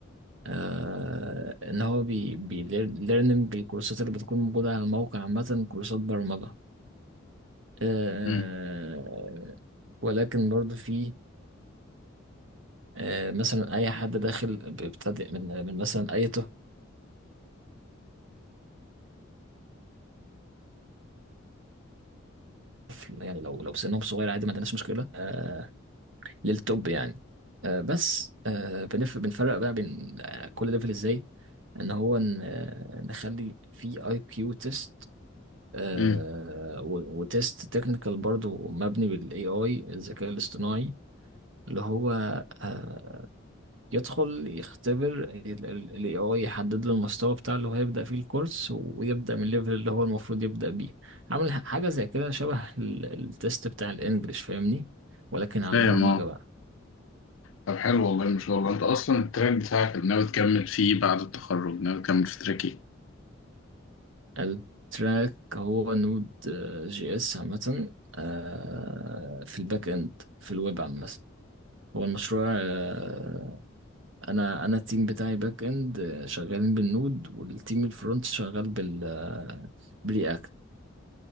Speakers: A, on the right (about 70°); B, on the left (about 80°).
A: آه إن هو بي بي ليرنينج الكورسات اللي بتكون موجودة على الموقع عامة كورسات برمجة آه
B: امم
A: ولكن برضو في آه مثلا أي حد داخل بيبتدئ من من مثلا أي طفل يعني لو لو سنهم صغير عادي ما عندناش مشكلة آه للتوب يعني آه بس آه بنف بنفرق بقى بين آه، كل ليفل إزاي؟ ان هو ن- آه، نخلي في اي كيو تيست آه
B: امم
A: و- وتيست تكنيكال برضو مبني بالاي اي الذكاء الاصطناعي اللي هو آه يدخل يختبر الاي اي يحدد له المستوى بتاع اللي هو هيبدأ فيه الكورس ويبدأ من الليفل اللي هو المفروض يبدأ بيه عامل ح- حاجة زي كده شبه التيست بتاع الانجليش فاهمني ولكن
B: فاهم
A: على البرمجة
B: اه
A: بقى
B: طب حلو والله ما شاء الله انت اصلا التراك بتاعك اللي ناوي تكمل فيه بعد التخرج ناوي تكمل في تراك ايه
A: التراك هو نود آه، جي اس عامة آه، في الباك اند في الويب عامة هو المشروع آه، انا انا التيم بتاعي باك اند آه، شغالين بالنود والتيم الفرونت شغال بال آه، برياكت